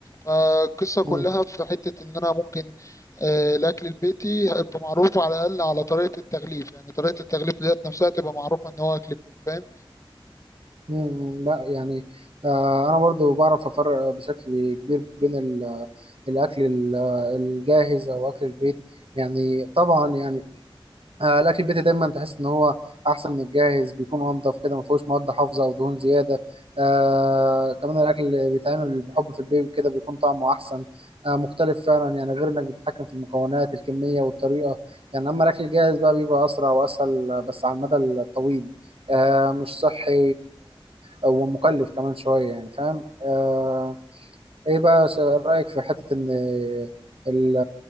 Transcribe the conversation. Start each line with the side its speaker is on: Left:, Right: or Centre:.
Left: فالقصه كلها
Right: مم.
Left: في حته ان انا ممكن آه، الاكل البيتي هيبقى معروف على الاقل على طريقه التغليف يعني طريقه التغليف ديت نفسها تبقى معروفه ان هو اكل بيتي فاهم
Right: مم، لا يعني آه، انا برضو بعرف افرق بشكل كبير بين ال- الاكل ال- الجاهز او اكل البيت يعني طبعا يعني آه، الاكل البيتي دايما تحس ان هو احسن من الجاهز بيكون انضف كده ما فيهوش مواد حافظه او دهون زياده آه كمان الاكل اللي بيتعمل بحب في البيت كده بيكون طعمه احسن آه مختلف فعلا يعني غير انك بتتحكم في المكونات الكميه والطريقه يعني اما الاكل الجاهز بقى بيبقى اسرع واسهل آه، بس على المدى الطويل آه مش صحي آه ومكلف كمان شويه يعني فاهم آه ايه بقى س- رأيك في حتة ان ال-